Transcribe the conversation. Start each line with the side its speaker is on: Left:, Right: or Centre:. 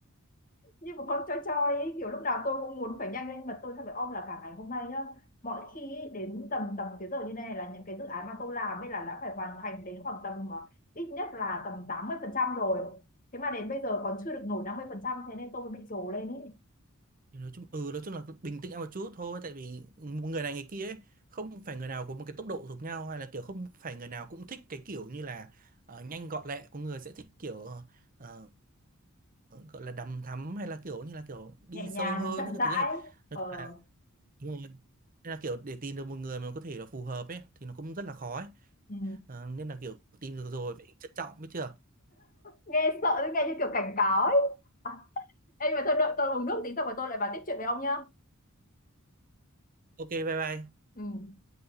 Left: như một con choi choi ấy kiểu lúc nào tôi cũng muốn phải nhanh lên mà tôi thật phải ôm là cả ngày hôm nay nhá mọi khi ấy, đến tầm tầm cái giờ như này là những cái dự án mà tôi làm ấy là đã phải hoàn thành đến khoảng tầm ờ, ít nhất là tầm 80 phần trăm rồi thế mà đến bây giờ còn chưa được nổi năm mươi phần trăm thế nên tôi mới bị rồ lên ấy
Right: thì nói chung ừ nói chung là bình tĩnh một chút thôi tại vì người này người kia ấy không phải người nào có một cái tốc độ giống nhau hay là kiểu không phải người nào cũng thích cái kiểu như là ờ, nhanh gọn lẹ có người sẽ thích kiểu ờ, ờ, gọi là đằm thắm hay là kiểu như là kiểu đi
Left: nhẹ nhàng
Right: sâu hơn
Left: <laughs> chậm
Right: hay cái
Left: rãi
Right: thứ này nói
Left: ờ
Right: chung là đúng rồi nên là kiểu để tìm được một người mà có thể là phù hợp ấy thì nó cũng rất là khó ấy
Left: ừ.
Right: Ờ, nên là kiểu tìm được rồi phải trân trọng biết chưa
Left: nghe sợ nghe như kiểu cảnh cáo ấy à, ê, nhưng mà thôi đợi tôi uống nước tí xong rồi tôi lại vào tiếp chuyện với ông nhá
Right: ok bye bye
Left: ừ